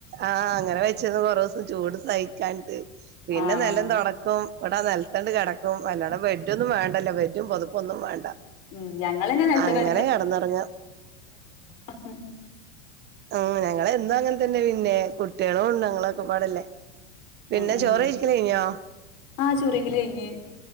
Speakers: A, on the right; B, on the left.
A: ആഹ് അങ്ങനെ വെച്ചത് കൊറസ് ചൂട് സഹിക്കാഞ്ഞിട്ട് പിന്നെ
B: ആഹ്
A: നിലം തുടക്കും. ഇവിടെ നിലത്തണ്ട് കിടക്കും അല്ലത് ബെഡ് ഒന്നും വേ അല്ല ബെഡും പൊതുപ്പൊന്നും വേണ്ട.
B: ഉം ഞങ്ങളന്നെ നെലത്ത്ക്കാ
A: അങ്ങനെ കിടന്നിറങ്ങ.
B: അഹ്
A: ആഹ് ഞങ്ങള എന്നു അങ്ങൻതന്നെ പിന്നെ കുട്ടിളോണ്ട് ങ്ങളൊക്കെ പാടല്ലേ പിന്നെ
B: ആ ഉം
A: ചോറ് കഴിക്കല് കഴിഞ്ഞോ
B: ആ ചുറികിൽ കഴിഞ്ഞ്